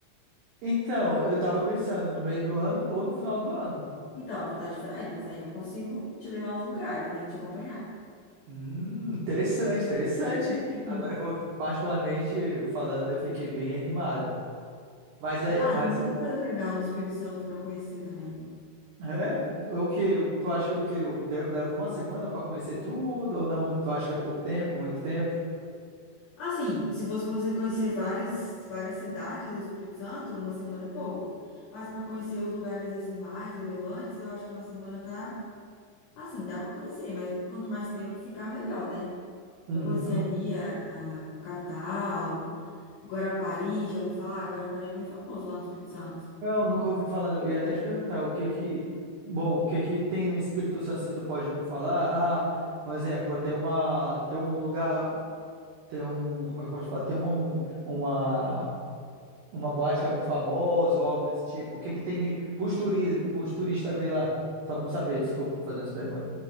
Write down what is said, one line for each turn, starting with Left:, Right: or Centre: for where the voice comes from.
Right: Então, eu tava pensando no meio do ano ou no final do ano.
Left: Então, eu vou estar de férias, aí eu consigo te levar nos lugares, aí te acompanhar.
Right: Hum, interessante, interessante, hein?
Left: Uhum.
Right: Agora eu vou, particularmente falando, eu fiquei bem animado. Mas é,
Left: Ah,
Right: mas
Left: tem muita coisa legal no Espírito Santo para conhecer também.
Right: é, o que? Tu acha que o que eu de- levo uma semana pra conhecer tudo ou não? Tu acha que é pouco tempo, muito tempo?
Left: Assim, se fosse para você conhecer várias, várias cidades do Espírito Santo, uma semana é pouco. Mas para conhecer os lugares assim mais relevantes, eu acho que uma semana tá Assim, dá para conhecer, mas quanto mais tempo ficar, melhor, né?
Right: Uhum.
Left: Eu conheci ali a, a capital, Guarapari, já ouvi falar? Guarapari é bem famoso lá no Espírito Santo.
Right: Não, nunca ouvi falar, não. Eu ia até te perguntar o que que, bom, o que que tem no Espírito Santo, se tu pode me falar? Ah, um exemplo, tem uma, tem um lugar, tem um, como é que eu posso falar? Tem uma, um- uma, uma boate que é muito famosa ou algo desse tipo. O que que tem de, pros turistas, pros turistas ver lá? Só pra me saber, desculpa fazendo essa pergunta.